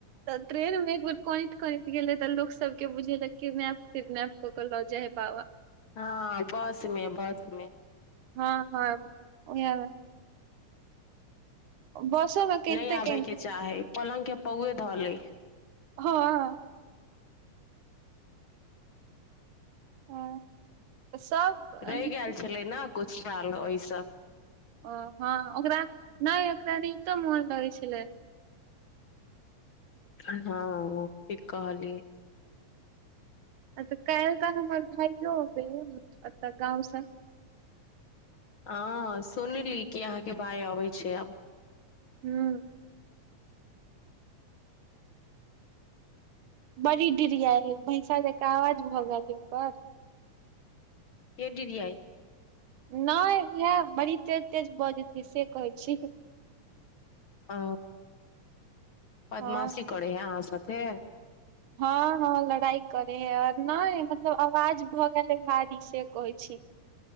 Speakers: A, on the right; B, on the left.
A: तऽ ट्रेन मे एक बेर कनैत कनैत गेलै तऽ लोक सब के बुझेले किडमैप तिर्नेप सकरल रजे है पवा <inaudible>
B: हँ बसमे बसमे
A: हँ हँ ओहे बसोमे कनिते
B: नहि आबे
A: कनिते
B: के चाही पलंग के पौए धऽ ले
A: हँ हँ सब एनाहिते
B: रहि गेल छलै ने कुछ साल ओहिसँ
A: ओ हँ ओकरा नहि ओकरा न तो मोन लगै छलै
B: हँ ठीक कहलिएय
A: अ तऽ काल्हि ग हमर भाइयोब एत गाँंव से
B: हँ सुनली कि अहाँके भाय अबै छै आब
A: हुँ बड़ी डिरिया है भैंसा जक आवाज भऽ गेल है ओकर
B: के डीरीयाई
A: नहि उएह बड़ी तेज तेज बऽजेत से कहै छी
B: ह बदमाशी
A: हँ
B: करे है आहाँ सभ कें
A: हँ हँ लड़ाई करे है आर नहि मतलब आवाज भऽ गेल हे भारी से कहै छी